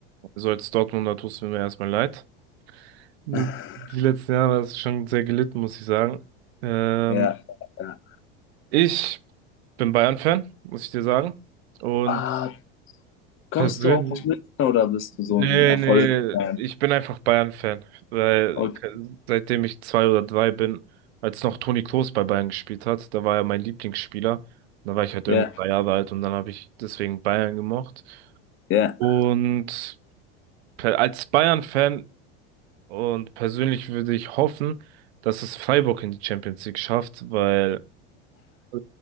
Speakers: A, on the right; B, on the left.
A: Also als Dortmunder tust du mir erstmal leid. Die
B: <laughs>
A: letzten Jahre hast du schon sehr gelitten, muss ich sagen. Ähm,
B: Ja, ja.
A: ich bin Bayern-Fan, muss ich dir sagen. Und
B: Ah, kommst
A: persönlich,
B: du auch aus München oder bist du so
A: nee,
B: ein Erfolgsfan?
A: nee, ich bin einfach Bayern-Fan, weil
B: Okay,
A: seitdem ich zwei oder drei bin, als noch Toni Kroos bei Bayern gespielt hat, da war er mein Lieblingsspieler. Da war ich halt
B: ja,
A: irgendwie drei Jahre alt und dann habe ich deswegen Bayern gemocht.
B: ja.
A: Und per- als Bayern-Fan und persönlich würde ich hoffen, dass es Freiburg in die Champions League schafft, weil <laughs>